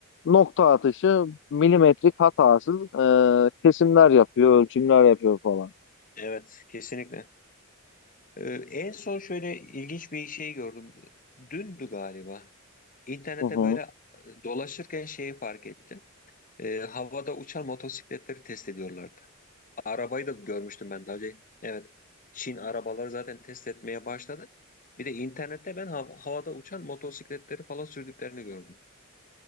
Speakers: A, on the left (about 60°); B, on the left (about 40°).
A: nokta atışı milimetrik hatasız e, kesimler yapıyor, ölçümler yapıyor falan.
B: Evet kesinlikle. E, en son şöyle ilginç bir şey gördüm. Dündü galiba. İnternete
A: Hı hı.
B: böyle e, dolaşırken şeyi fark ettim. E, havada uçan motosikletleri test ediyorlardı. Arabayı da görmüştüm ben daha önce. Evet. Çin arabaları zaten test etmeye başladı. Bir de internette ben hav- havada uçan motosikletleri falan sürdüklerini gördüm.